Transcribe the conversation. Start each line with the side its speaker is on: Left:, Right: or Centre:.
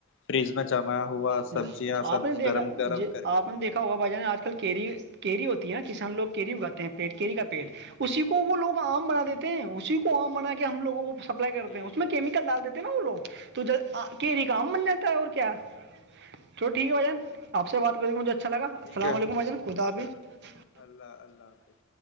Left: فریز میں جمایا ہوا
Right: جی
Left: سبزیاں سب
Right: آپ نے دیکھا
Left: گرم گرم
Right: جی
Left: کر کر
Right: آپ
Left: کے
Right: نے دیکھا
Left: کھلاتے
Right: ہوگا بھائی
Left: ہیں
Right: جان آج کل کیری کیری ہوتی ہے نا کسان لوگ کیری اگاتے ہیں پی کیری کا پیٹ
Left: جی جی
Right: اسی کو وہ لوگ آم
Left: جی
Right: بنا دیتے ہیں اسی کو آم بنا کے ہم لگوں کو سپلائی کرتے
Left: جی
Right: ہیں اس میں کیمیکل ڈال دیتے ہیں نا وہ لو تو ج کیری کام
Left: جی
Right: مناتا ہے اور کیا چل ٹھیک
Left: بالکل
Right: ہے بھائیجان
Left: بالکل
Right: آپ سے بات کری مجھے اچھا لگاسلام
Left: ٹھیک ہے
Right: علیکم بھجان خدا حافظ
Left: چلو اللہ اللہ حافظ